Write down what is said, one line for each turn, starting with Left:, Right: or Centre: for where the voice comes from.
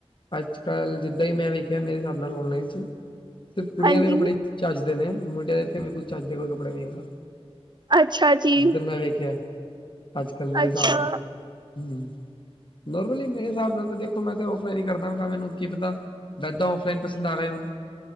Left: ਅੱਜ-ਕੱਲ ਜਿੱਦਾਂ ਈ ਮੈਂ ਵੇਖਿਆ ਮੇਰੇ ਹਿਸਾਬ ਨਾਲ ਔਨਲਾਈਨ ਚ ਸਿਰਫ ਕੁੜੀਆਂ
Right: ਹਾਂਜੀ,
Left: ਦੇ ਕੱਪੜੇ ਈ ਚਜਦੇ ਨੇ, ਮੁੰਡਿਆਂ ਦੇ ਤੇ ਬਿਲਕੁਲ ਚਜਦੇ ਕੋਈ ਕੱਪੜੇ ਨਈ ਹੈਗਾ।
Right: ਅੱਛਾ ਜੀ,
Left: ਜਿੱਧਰ ਮੈਂ ਵੇਖਿਆ ਅੱਜ-ਕੱਲ ਮੇਰੇ
Right: ਅੱਛਾ।
Left: ਹਿਸਾਬ ਨਾਲ ਹੂੰ। ਨੋਰਮਲੀ ਮੇਰੇ ਹਿਸਾਬ ਨਾਲ ਤਾਂ ਦੇਖੋ ਮੈਂ ਤਾਂ ਔਫਲਾਈਨ ਈ ਕਰਦਾ ਹਾਂ ਤਾਂ ਮੈਨੂੰ ਕੀ ਪਤਾ ਵੈਦਾਂ ਔਫਲਾਈਨ ਪਸੰਦ ਆ ਗੇ ਹੋਨ।